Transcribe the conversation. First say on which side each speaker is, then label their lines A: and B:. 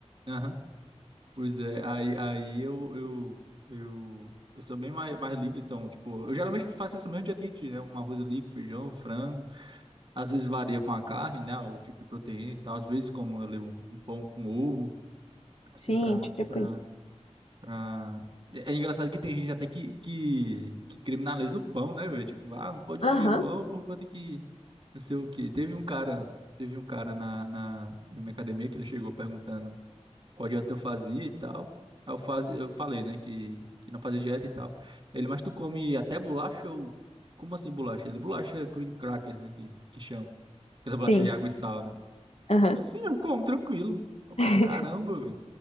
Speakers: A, on the right; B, on the left.
A: Aham. Pois é, aí, aí eu, eu, eu, eu sou bem mais, mais livre, então, tipo, eu geralmente faço essa mesma dieta que, tu, né? Um arroz líquido, feijão, frango. Às vezes varia com a carne, né? O tipo de proteína e tal. Às vezes como ali um, um pão com ovo,
B: Sim,
A: assim, pra,
B: tipo
A: pra,
B: isso.
A: pra... É é engraçado que tem gente até que, que, que criminaliza o pão, né, velho? Tipo, ah, não pode comer
B: Aham,
A: pão por conta que não sei o quê. Teve um cara, teve um cara na, na, na minha academia que ele chegou perguntando qual dieta eu fazia e tal. Aí eu, faz, eu falei, né, que, que não fazia dieta e tal. Ele, mas tu come até bolacha ou... Como assim bolacha? Ele, bolacha cream cracker, né, que, que chama. Aquela bolacha
B: sim,
A: de água e sal, né?
B: aham,
A: Eu, sim, eu como, tranquilo. Aí O cara,
B: <laughs>
A: caramba, velho.